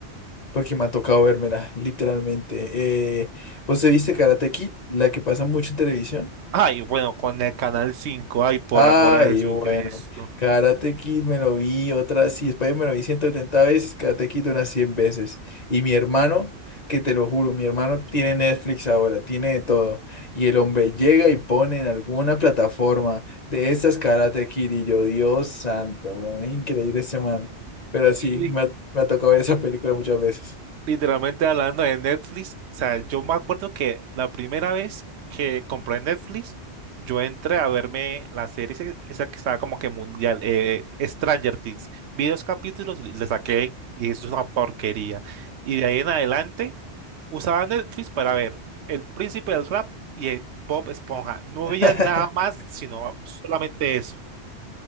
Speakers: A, on the left; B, on the right.
A: Porque me ha tocado vérmela, literalmente. Eh, ¿vos te viste Karate Kid, la que pasa mucho en televisión?
B: Ay, bueno, con el Canal cinco, ay, por
A: Ay,
B: amor a Jesucristo.
A: bueno, Karate Kid me lo vi otra, sí, Spider me lo vi ciento setenta veces, Karate Kid unas 100 veces. Y mi hermano, que te lo juro, mi hermano tiene Netflix ahora, tiene de todo. Y el hombre llega y pone en alguna plataforma de estas Karate Kid y yo, Dios santo, weón, es increíble ese man. Pero sí,
B: Y
A: me ha, me ha tocado ver esa película muchas veces.
B: Literalmente hablando de Netflix, o sea, yo me acuerdo que la primera vez que compré Netflix, yo entré a verme la serie ese- esa que estaba como que mundial, eh, Stranger Things. Vi dos capítulos y le saqué, y eso es una porquería. Y de ahí en adelante usaba Netflix para ver El Príncipe del Rap y el Bob Esponja. No
A: <laughs>
B: veía nada más, sino solamente eso.